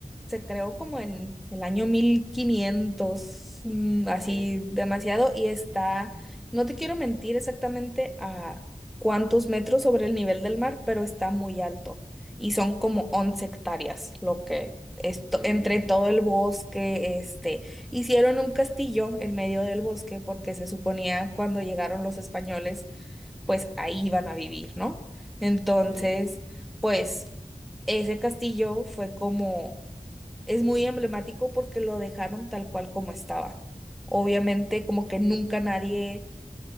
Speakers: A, in the centre; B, on the right.
A: se creó como en el año 1500, mm,
B: Ok,
A: así demasiado, y está, no te quiero mentir exactamente a cuántos metros sobre el nivel del mar, pero está muy alto. Y son como 11 hectáreas, lo que esto,
B: sí,
A: entre todo el bosque, este, hicieron un castillo en medio del bosque porque se suponía cuando llegaron los españoles, pues ahí iban a vivir, ¿no? Entonces
B: sí,
A: pues ese castillo fue como, es muy emblemático porque lo dejaron tal cual como estaba. Obviamente como que nunca nadie